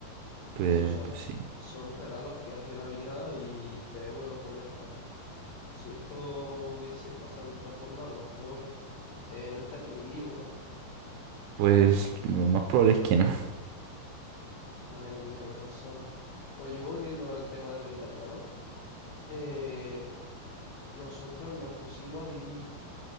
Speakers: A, on the right (about 85°); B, on the left (about 85°).
A: pues,
B: Esos son,
A: pues sí.
B: son regalos que hace la vida y dice, bueno, pues ya está. Si esto hubiese pasado de otra forma, a lo mejor eh, no estaría ni vivo, ¿no?
A: Pues lo más probable es que no. <laughs>
B: Madre mía, qué pasada. Pues yo volviendo al tema de lo italiano. eh, nosotros nos pusimos a vivir